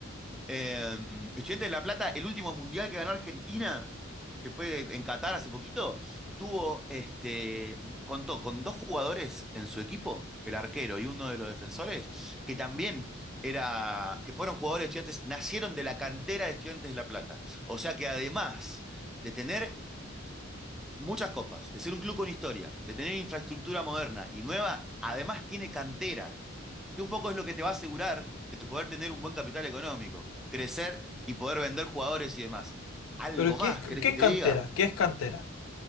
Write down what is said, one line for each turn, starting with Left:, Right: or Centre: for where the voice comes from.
Centre: Eh, Estudiantes de La Plata, el último mundial que ganó Argentina, que fue en Qatar hace poquito, tuvo este, contó con dos jugadores en su equipo, el arquero y uno de los defensores, que también era, que fueron jugadores de estudiantes, nacieron de la cantera de estudiantes de La Plata. O sea que además de tener muchas copas, de ser un club con historia, de tener infraestructura moderna y nueva, además tiene cantera que un poco es lo que te va a asegurar de poder tener un buen capital económico, crecer y poder vender jugadores y demás. Algo
Left: Pero
Centre: más,
Left: ¿qué es,
Centre: ¿querés
Left: qué
Centre: que
Left: es
Centre: te
Left: cantera?
Centre: diga?
Left: ¿Qué es cantera?